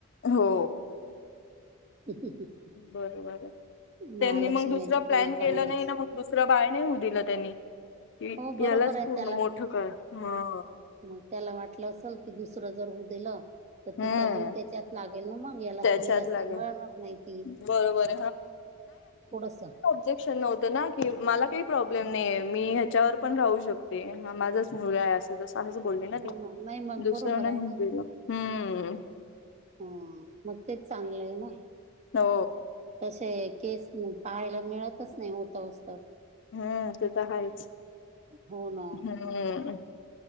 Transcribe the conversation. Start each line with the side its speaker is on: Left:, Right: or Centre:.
Left: हो.
Right: <unintelligible>
Left: बरोबर आहे,
Right: महालक्ष्मीचं
Left: त्यांनी मग दुसरा
Right: पुन्हा
Left: प्लॅन केला
Right: चांगलंच
Left: नाही ना मग दुस दुसरं बाळ नाही होऊन दिलं त्यांनी कि
Right: हो बरोबर
Left: ह्यालाच
Right: आहे
Left: पूर्ण
Right: त्याला
Left: मोठं कर, हा.
Right: मग त्याला वाटलं असल की दुसरं जर होऊ दिलं, तर
Left: हम्म
Right: तिचा जीव त्याच्यात लागेल ना मग याला
Left: त्याच्यात
Right: हिला सांभाळणार
Left: लागेल
Right: नाही ती
Left: बरोबर
Right: थोडस
Left: जेक्शन नव्हतं ना की मला काही प्रॉब्लेम नाहीेये, मी ह्याच्यावर पण राहू शकते. हा माझाच मुलगा आहे अस असं तसं बोलली ना
Right: हो
Left: ती
Right: नाही मग
Left: दुसऱ्यांना
Right: बरोबर आहे
Left: लागलेला
Right: ना
Left: हम्म.
Right: हम्म मग तेच चांगलं आहे ना
Left: हो.
Right: तसे केस पाहायला मिळतच नाही, होता होऊसतर.
Left: हम्म ते तर हायच,
Right: हो ना
Left: हम्म.